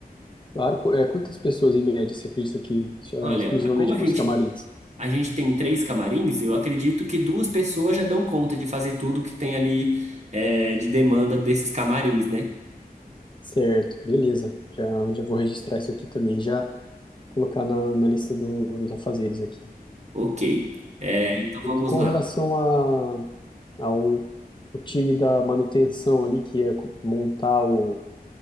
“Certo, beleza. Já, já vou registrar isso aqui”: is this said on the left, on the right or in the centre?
Left